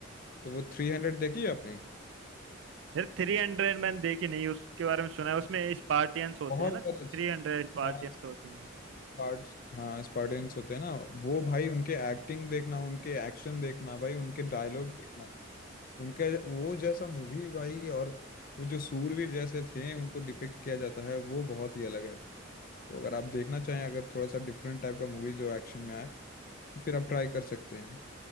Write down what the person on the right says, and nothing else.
यार थ्री हंड्रेड मैंने देखी नहीं उसके बारे में सुना है उसमें स्पार्टियंस होते
हैं ना थ्री
हंड्रेड स्पार्टियंस
होते हैं